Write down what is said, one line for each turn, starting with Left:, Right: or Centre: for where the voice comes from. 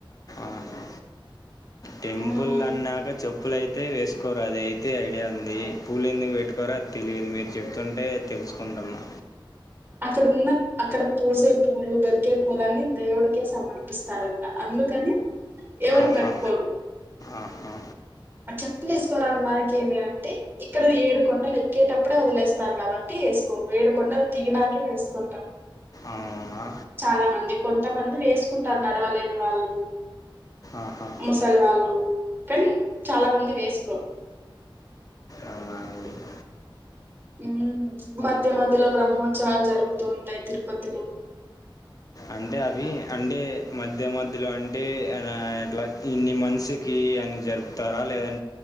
Left: ఆహా టెంపుల్
Right: మ్మ్
Left: అన్నాక చెప్ ప్పులయితే వేసుకోరు అది అయితే ఐడియా ఉంది పూలు ఎందుకు పెట్టుకోరో అది తెలిదు మీరు చెప్తుంటే తెలుసుకుంటున్నా
Right: అక్కడ ఉన్న అక్కడ పూసే పూలు దొరికే పూలన్నీ దేవుడికే సమర్పిస్తారంట అందుకని ఎవరు
Left: ఆహా
Right: పెట్టుకోరు
Left: ఆహా
Right: అ చెప్పులేసుకోరు అనడానికి ఏమి అంటే ఇక్కడ ఏడు కొండలు ఎక్కేటప్పుడే వదిలేస్తారు కాబట్టి యేసుకోరు ఏడు కొండలు దిగినాకే వేసుకుంటాం
Left: అవునా
Right: చాలా మంది కొంతమంది వేసుకుంటారు నడవలేని వాళ్ళు
Left: ఆహా
Right: ముసలి వాళ్ళు కనీ చాలా మంది వేసుకోరు
Left: అవునా అండి
Right: ఉ మధ్య మధ్యలో బ్రహ్మోత్సవాలు జరుపుతూ ఉంటాయి తిరుపతిలో
Left: అంటే అవి అంటే మధ్య మధ్యలో అంటే ఆ ఎట్లా ఇన్ని మనిషికి అని జరుపుతారా లేదం